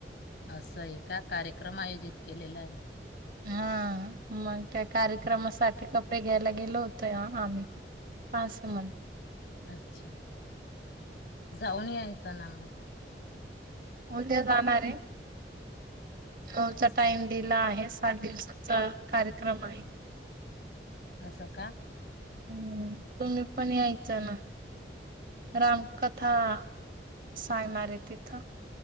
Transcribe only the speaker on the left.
असं एका कार्यक्रम आयोजित केलेला आहे.
अच्छा जाऊन यायच ना मग
असं
असं का?